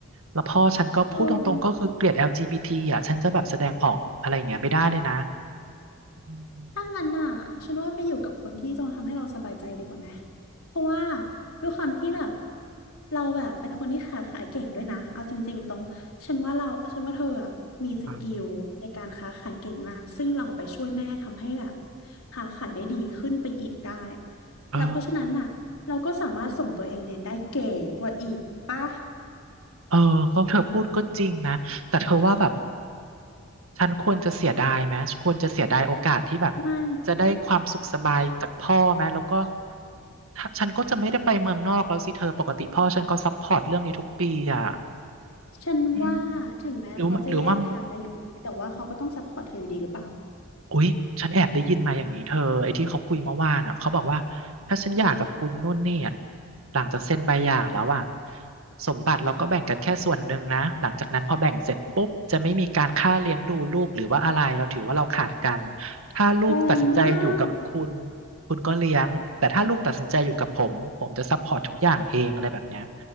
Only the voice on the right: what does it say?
แล้วพ่อฉันก็พูดตรงๆก็คือเกลียด
LGBT อลจีบีทีอ่ะฉันจะแบบแสดงออกอะไรอย่างเงี้ยไม่ได้เลยนะอืมอ
า
เออ
เออก็เธอพูดก็จริงนะ แต่เธอว่าแบบฉันควรจะเสียดายไหมควรจะเสียดายโอกาสที่แบบ
จะได้ความสุขสบายจากพ่อไหมแล้วก็ถ้าฉันก็จะไม่ได้ไปเมืองนอกแล้วสิเธอปกติพ่อฉันก็ซัพพอร์ตเรื่องนี้ทุกปีอ่ะ
อืมหรือหรือว่า อุ๊ยฉันแอบได้ยินมาอย่างนี้เธอไอ้ที่เขาคุยเมื่อวานอ่ะเขาบอกว่าถ้าฉันหย่ากับคุณนุ่นเนี่ยหลังจากเซ็นใบหย่าแล้วอ่ะสมบัติเราก็แบ่งกันแค่ส่วนหนึ่งนะหลังจากนั้นพอแบ่งเสร็จปุ๊บจะไม่มีการค่าเลี้ยงดูลูกหรือว่าอะไรเราถือว่าเราขาดกันถ้าลูกตัดสินใจอยู่กับคุณ
คุณก็เลี้ยงแต่ถ้าลูกตัดสินใจอยู่กับผมผมจะซัพพอร์ตทุกอย่างเองอะไรแบบเนี้ย